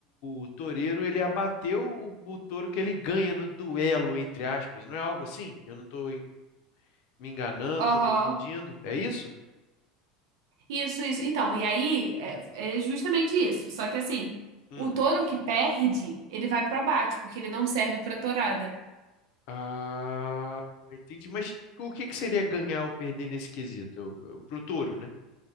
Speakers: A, on the left; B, on the right.
A: o toureiro, ele abateu o, o touro que ele ganha no duelo, entre aspas, não é algo assim? Eu não tô en- me enganando,
B: Aham.
A: tô confundindo, é isso?
B: Isso, isso. Então, e aí é, é justamente isso. Só que assim,
A: Hum.
B: o touro que perde, ele vai pro abate, porque ele não serve pra tourada.
A: Ah, entendi, mas o que que seria ganhar ou perder nesse quesito? Eu- eu- Pro touro, né?